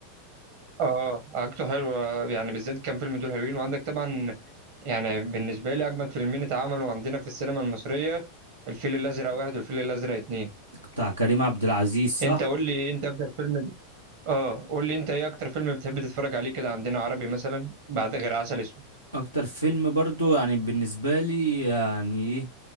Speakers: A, on the right; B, on the right.
A: اه آه، حاجته حلوة يعني بالذات كام فيلم دول حلوين وعندك طبعا يعني بالنسبة لي أجمد فيلمين اتعملوا عندنا في السينما المصرية الفيل الأزرق واحد والفيل الأزرق اتنين
B: بتاع كريم عبد العزيز صح
A: أنت قول لي أنت أكتر فيلم اه قول لي أنت إيه أكتر فيلم بتحب تتفرج عليه كده عندنا عربي مثلا بعد غير عسل أسود
B: اكتر فيلم برضو يعني بالنسبه لي يعني ايه